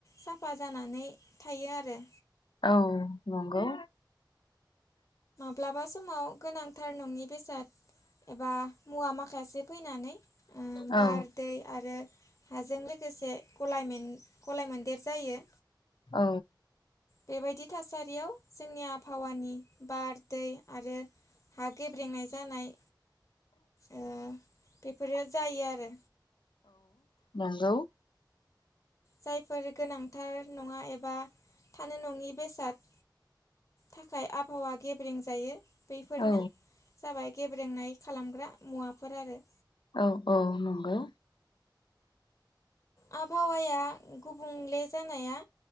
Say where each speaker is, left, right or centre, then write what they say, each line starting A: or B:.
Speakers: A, on the left; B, on the left.
A: साफा जानानै थायो आरो।
B: औ नंगौ।
A: माब्लाबा समाव गोनांथार नङि बेसाद एबा मुवा माखासे फैनानै
B: औ
A: बार, दै आरो हाजों लोगोसे गलायमोन- गलायमोन्देर जायो।
B: औ।
A: बेबायदि थासारियाव जोंनि आबहावानि बार, दै आरो हा गेब्रेंनाय जानाय
B: <unintelligible>
A: ओ बेफोरो जायो आरो।
B: नोंगौ।
A: जायफोर गोनांथार नङा एबा थानो नङि बेसाद थाखाय आबहावा गेब्रें जायो। बेफोरनो
B: औ
A: जाबाय गेब्रेंनाय खालामग्रा मुवाफोर आरो।
B: औ औ नंगौ।
A: आबहावाया गुबुंले जानाया